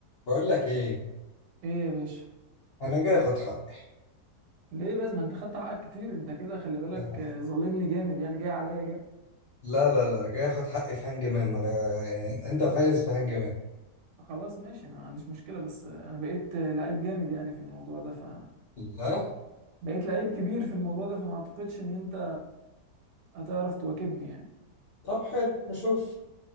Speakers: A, on the left; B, on the right.
A: بقول لك ايه
B: ايه يا باشا
A: انا جاي اخد حقي
B: ليه بس ما انت خدت حقك كتير انت كده خلي بالك
A: لا
B: آه، ظلمني جامد يعني جاي عليا جامد
A: لا لا لا جاي اخد حقي في هانج مان ما لا- يعني انت فايز في هانج مان
B: خلاص ماشي انا ما عنديش مشكله بس آه، انا بقيت آه، لعيب جامد يعني في الموضوع ده ف
A: لا
B: بقيت لعيب كبير في الموضوع ده فما اعتقدش ان انت هتعرف تواكبني يعني
A: طب حلو نشوف